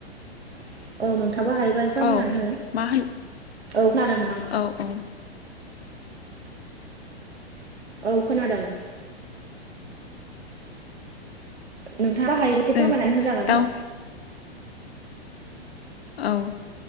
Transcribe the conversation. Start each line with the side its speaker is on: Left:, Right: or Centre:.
Right: <inaudible> फोरमायनानै
Left: औ
Right: हो
Left: मा होन
Right: औ खोनादों नोंथां
Left: औ औ
Right: औ खोनादों। नोंथाङाबो हायोबा एसे
Left: जों
Right: फोरमायनानै होजागोन
Left: दाउ औ